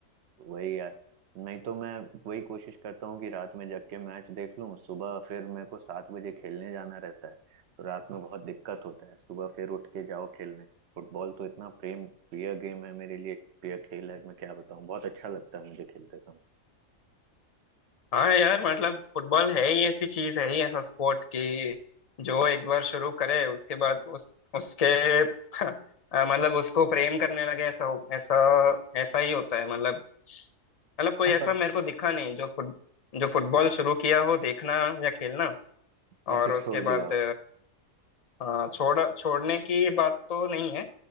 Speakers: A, on the right (about 60°); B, on the left (about 35°).
A: वही यार नहीं तो मैं वही कोशिश करता हूँ कि रात में जग के मैच देख लूँ सुबह फिर मेरे को सात बजे खेलने जाना रहता है तो रात में बहुत दिक्कत होता है सुबह फिर उठ के जाओ खेलने फुटबॉल तो इतना प्रेम प्रिय गेम है मेरे लिए प्रिय खेल है मैं क्या बताऊँ बहुत अच्छा लगता है मुझे खेलते समय
B: हाँ यार मतलब फुटबॉल है ही ऐसी चीज है ही ऐसा स्पोर्ट कि जो एक बार शुरू करे उसके बाद उस उसके <laughs> अ, मतलब उसको प्रेम करने लगे ऐसा हो ऐसा ऐसा ही होता है मतलब मतलब कोई
A: और
B: ऐसा
A: सब
B: मेरे को दिखा नहीं जो फुट जो फुटबॉल
A: और
B: शुरू किया हो देखना या खेलना
A: और
B: और
A: फिर
B: उसके
A: छोड़ दिया
B: बाद हाँ छोड़ छोड़ने की बात तो नहीं है